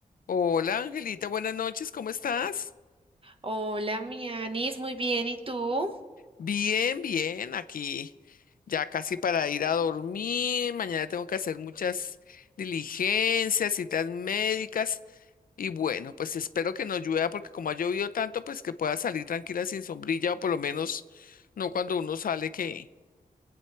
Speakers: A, on the left (about 75°); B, on the right (about 40°).
A: Hola Angelita, buenas noches, ¿cómo estás?
B: Hola, mi Anis, muy bien, ¿y tú?
A: Bien, bien, aquí ya casi para ir a dormir. Mañana tengo que hacer muchas diligencias, citas médicas y bueno, pues espero que no llueva porque como ha llovido tanto, pues que pueda salir tranquila sin sombrilla o por lo menos no cuando uno sale que